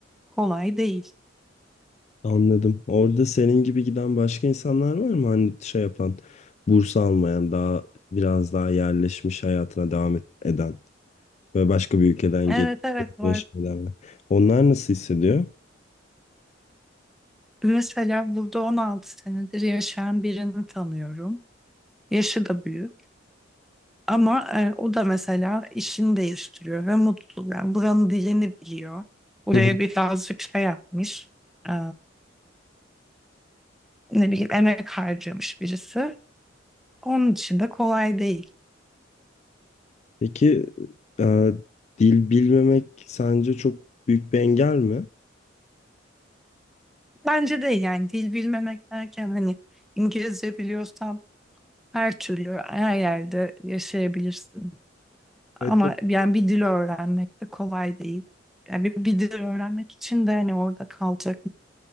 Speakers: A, in the centre; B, on the left.
A: kolay değil.
B: Anladım. Orada senin gibi giden başka insanlar var mı? Hani şey yapan, burs almayan, daha biraz daha yerleşmiş hayatına devam et- eden ve başka bir ülkeden
A: Evet
B: gelip
A: evet var.
B: yaşayanlar. Onlar nasıl hissediyor?
A: Mesela burada 16 senedir yaşayan birini tanıyorum. Yaşı da büyük. Ama e, o da mesela işini değiştiriyor ve mutlu. Yani buranın dilini biliyor. Buraya
B: Hı hı.
A: birazcık şey yapmış. e, ne bileyim emek harcamış birisi. Onun için de kolay değil.
B: Peki e, dil bilmemek sence çok büyük bir engel mi?
A: Bence değil yani dil bilmemek derken hani İngilizce biliyorsan her türlü her yerde yaşayabilirsin. Ama
B: Evet.
A: yani bir dil öğrenmek de kolay değil. Yani bir, bir dil öğrenmek için de hani orada kalacak